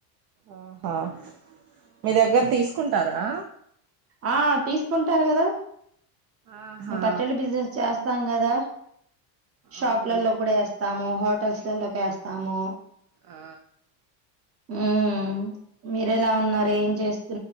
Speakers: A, on the right; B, on the right.
A: ఆహా మీ దగ్గర తీసుకుంటారా
B: ఆ తీసుకుంటారు కదా
A: ఆహా
B: మేము పచ్చళ్ళు బిజినెస్ చేస్తా స్తాం కదా షాప్లలో
A: అవునులే
B: కూడా వేస్తాము హోటల్స్లలోకి ఎస్తాము
A: ఆ
B: ఉ మీర ఎలా ఉన్నారు ఏం చేస్